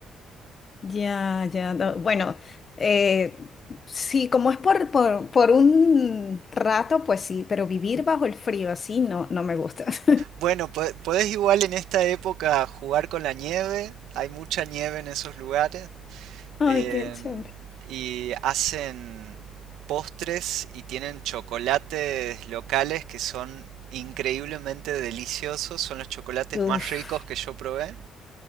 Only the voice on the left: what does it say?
Ya, ya, no, Bueno, eh, sí, como es por, por, por un rato, pues sí, pero vivir bajo el frío así no, no me gusta. <laughs>
Ay,
qué chévere.
Uf,